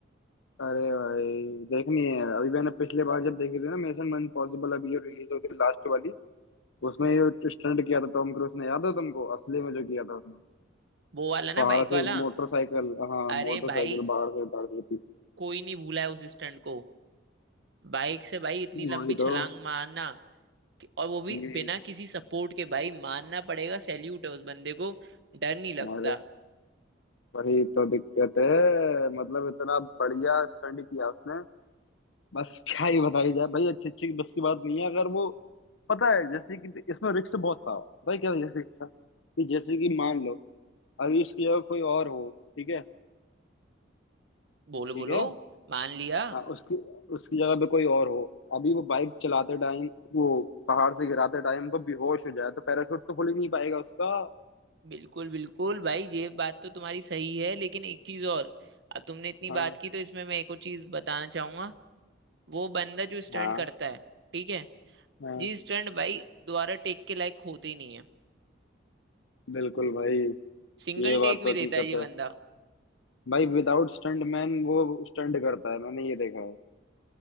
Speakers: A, on the left; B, on the right.
A: अरे भाई देखनी है अभी मैंने पिछले बार जब देखी थी ना मिशन इम्पॉसिबल अभी जो रिलीज हुई थी लास्ट वाली उसमें जो स्टंट किया था टॉम क्रूज ने याद है तुमको असली में जो किया था उसने
B: वो वाला ना
A: पहाड़
B: बाइक
A: से
B: वाला
A: मोटरसाइकिल हाँ
B: अरे
A: मोटरसाइकिल
B: भाई
A: बाहर से उतार दी थी
B: कोई नहीं भूला है उस स्टंट को बाइक से भाई इतनी
A: वही
B: लंबी छलांग
A: तो
B: मारना कि, और वो भी
A: हम्म
B: बिना किसी सपोर्ट के भाई मानना पड़ेगा सैल्यूट है उस बंदे को डर नहीं लगता
A: अरे वही तो दिक्कत है मतलब इतना बढ़िया स्टंट किया उसने बस क्या ही बताई जाए भाई अच्छी अच्छी बस की बात नहीं है अगर वो पता है जैसे कि इसमें रिस्क बहुत था पता है क्या रिस्क था कि जैसे कि मान लो अभी उसकी जगह कोई और हो ठीक है
B: बोलो
A: ठीक
B: बोलो
A: है
B: मान लिया
A: हाँ उसकी उसकी जगह पे कोई और हो अभी वो बाइक चलाते टाइम वो पहाड़ से गिराते टाइम वो बेहोश हो जाए तो पैराशूट तो खुल ही नहीं पाएगा उसका
B: बिल्कुल बिल्कुल भाई ये बात तो तुम्हारी सही है लेकिन एक चीज और अब तुमने इतनी
A: हाँ
B: बात की तो इसमें मैं एक और चीज बताना चाहूंगा वो बंदा जो स्टंट
A: हाँ
B: करता है ठीक है
A: हाँ
B: जी स्टंट भाई दोबारा टेक के लायक होते ही नहीं है
A: बिल्कुल भाई
B: सिंगल
A: ये बात
B: टेक
A: तो
B: में
A: हकीकत
B: देता है ये
A: है
B: बंदा
A: भाई विदाउट स्टंट मैन वो स्टंट करता है मैंने ये देखा है